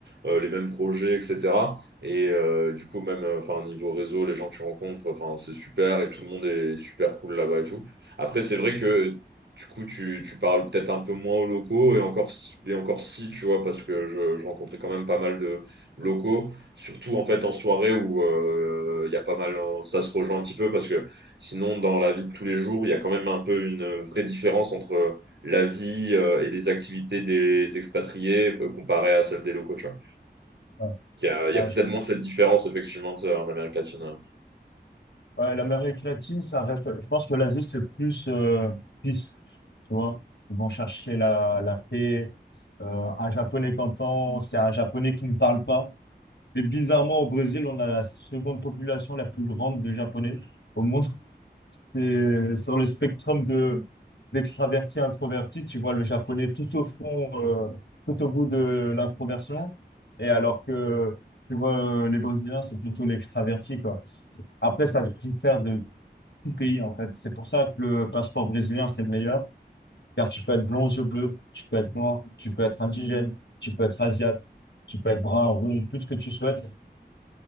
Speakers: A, on the right; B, on the left.
A: euh, les mêmes projets, etc. Et euh, du coup même, euh, enfin, niveau réseau, les gens que tu rencontres, enfin, c'est super, et tout le monde est super cool là-bas et tout. Après, c'est vrai que du coup, tu, tu parles peut-être un peu moins aux locaux, et encore, s- et encore si, tu vois, parce que je, je rencontrais quand même pas mal de locaux, surtout en fait en soirée où euh, il y a pas mal, hein, ça se rejoint un petit peu, parce que sinon, dans la vie de tous les jours, il y a quand même un peu une vraie différence entre la vie euh, et les activités des expatriés euh, comparée à celle des locaux, tu vois.
B: ouais.
A: Il y a, il
B: Ouais,
A: y a peut-être moins cette différence, effectivement, ça, en Amérique latine. hein.
B: Ouais, l'Amérique latine, ça reste. Je pense que l'Asie, c'est plus euh, peace, tu vois. Ils vont chercher la, la paix. Euh, un Japonais qu'entend, c'est un Japonais qui ne parle pas. Mais bizarrement, au Brésil, on a la seconde population la plus grande de Japonais au monde. Et sur le spectre de d'extraverti introverti, tu vois le Japonais tout au fond, euh, tout au bout de l'introversion. Et alors que, tu vois, les Brésiliens, c'est plutôt l'extraverti, quoi. Après, ça diffère de tout pays en fait. C'est pour ça que le passeport brésilien, c'est le meilleur, car tu peux être blond aux yeux bleus, tu peux être noir, tu peux être indigène, tu peux être asiate, tu peux être brun, rouge, tout ce que tu souhaites.